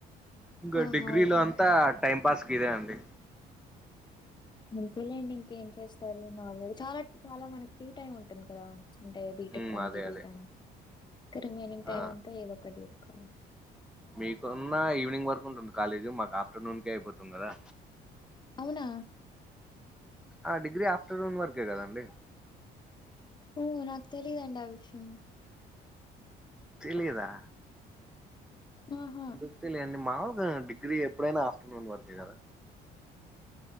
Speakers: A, in the centre; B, on the left (about 25°).
A: ఇంకా
B: ఆహా!
A: డిగ్రీ
B: ఓకే.
A: లో అంతా
B: ఓకే.
A: టైం పాస్కిదే అండి
B: అంతేలేండి ఇంకేం చేస్తారు నార్మల్ చాలా చాలా మనకి ఫ్రీ టైమ్ ఉంటుంది కదా అంటే బీటెక్
A: హ్మ్.
B: కానీ
A: అదే
B: డిగ్రీ
A: అదే.
B: కానీ ఇంకా రిమైనింగ్ టైమ్
A: ఆ!
B: అంతా ఏదో ఒకటి చెస్కోవడం
A: మీకున్న ఈవినింగ్ వరకు ఉంటుంది కాలేజీ మాకు ఆఫ్టర్నూన్కే అయిపోతుంది కదా
B: అవునా
A: ఆ డిగ్రీ ఆఫ్టర్నూన్ వర్కే కదండి
B: ఓ నాకు తెలీదండి ఆ విషం
A: తెలీదా
B: ఆహా!
A: ఎందుకు తెలియండి మాగా డిగ్రీ ఎప్పుడైనా ఆఫ్టర్నూన్ వరకే కదా